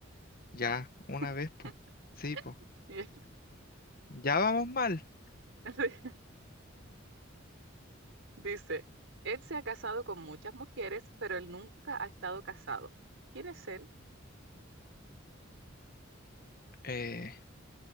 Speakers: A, on the left (about 45°); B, on the right (about 65°).
A: ya, una
B: <laughs>
A: vez, po. Sí, po.
B: Y-
A: Ya vamos mal.
B: <laughs> Dice, él se ha casado con muchas mujeres, pero él nunca ha estado casado. ¿Quién es él?
A: Eh,